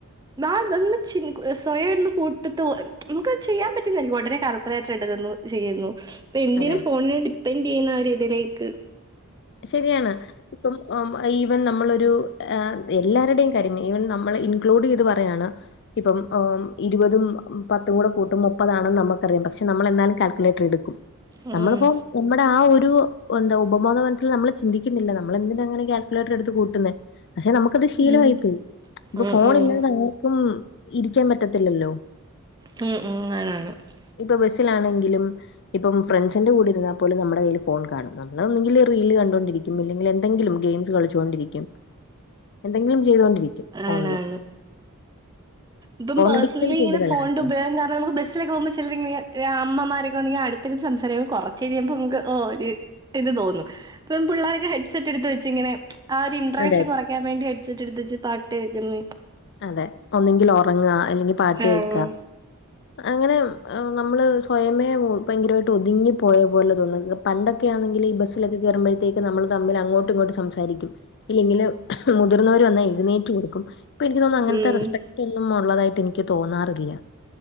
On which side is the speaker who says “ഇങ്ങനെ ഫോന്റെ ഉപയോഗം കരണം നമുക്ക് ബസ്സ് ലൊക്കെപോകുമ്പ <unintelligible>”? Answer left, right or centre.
Right